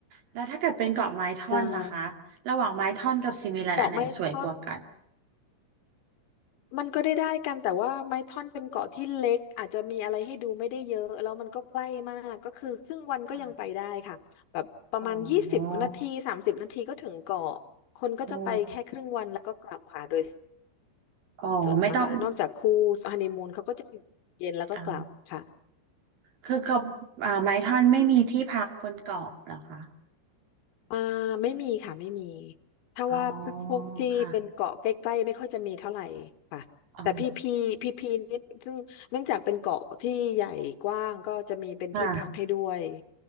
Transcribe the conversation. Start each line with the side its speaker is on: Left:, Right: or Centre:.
Right: แล้วถ้าเกิดเป็นเกาะไม้ท่อนล่ะคะระหว่างไม้ท่อนกับซิมิลันอันไหนสวยกว่ากัน
Left: ใช่เกาะไม่ท่อน มันก็ได้ได้กันแต่ว่าไม้ท่อนเป็นเกาะที่เล็กอาจจะมีอะไรให้ดูไม่ได้เยอะแล้วมันก็ใกล้มากก็คือครึ่งวันก็ยังไปได้ค่ะแบบประมาณยี่สิบนาทีสามสิบนาทีก็ถึงเกาะคนก็จะไปแค่ครึ่งวันแล้วก็กลับค่ะโดย
Right: ค่ะอ๋ออ๋ออ๋อไม่ต้อง
Left: ส่วนมากนอกจากคู่ฮันนีมูนเขาก็จะอยู่เย็นแล้วก็กลับค่ะ
Right: อ๋อคือเขาอ่าไม้ท่อนไม่มีที่พักบนเกาะเหรอคะ
Left: อ่าไม่มีค่ะไม่มีถ้าว่าพวกที่เป็นเกาะใกล้ๆไม่ค่อยจะมีเท่าไหร่ค่ะแต่พี่พีพี่พีนี่ซึ่งเนื่องจากเป็นเกาะที่ใหญ่กว้างก็จะมีเป็นที่พักให้ด้วย
Right: อ๋อค่ะ อ๋อค่ะ